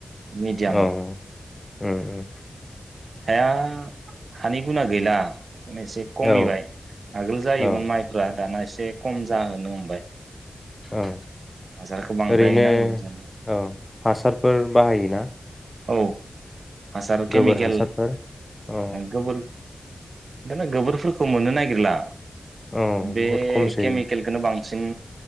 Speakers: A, on the right (about 75°); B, on the left (about 15°).
A: मिडियाम
B: ओ उम उम
A: हाया हानि गुना गैला माने एसे कमिबाय
B: औ
A: आगोल जायोमोन
B: औ
A: माइफ्रा दाना एसे कम जाहोनो हमबाय।
B: औ
A: हासारखौ बांद्राय
B: ओरैनो
A: नांगौ जायो
B: औ हासार फोर बाहायोना
A: औ हासार केमिकेल
B: गोबोर हासारफोर औ
A: गोबोर दाना गोबोरफोरखौ मोननो नागिरला
B: औ
A: बे
B: बहुद खमसै
A: केमिकेलखौनो बां बांसिन